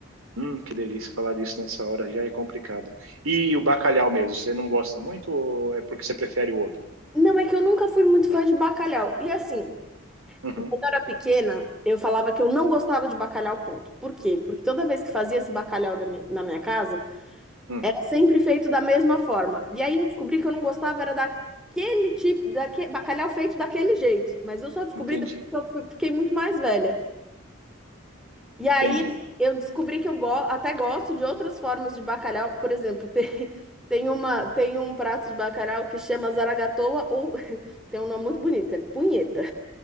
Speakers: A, on the right; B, in the centre.
A: Hum, que delícia falar disso nessa hora já é complicado. E o bacalhau mesmo, você não gosta muito ou é porque você prefere o outro?
B: Não, é que eu nunca fui muito fã de bacalhau. E assim,
A: Uhum,
B: quando eu era pequena, eu falava que eu não gostava de bacalhau, ponto. Por quê? Porque toda vez que fazia esse bacalhau da mi- na minha casa,
A: hum,
B: sempre feito da mesma forma. E aí eu descobri que eu não gostava era daquele tipo, daquele bacalhau feito daquele jeito. Mas eu só descobri
A: entendi,
B: depois que eu fui- fiquei muito mais velha. E aí
A: entendi.
B: eu descobri que eu go até gosto de outras formas de bacalhau. Por exemplo, <laughs> tem, tem uma, tem um prato de bacalhau que chama zaragatoa ou <laughs> tem um nome muito bonito, é punheta.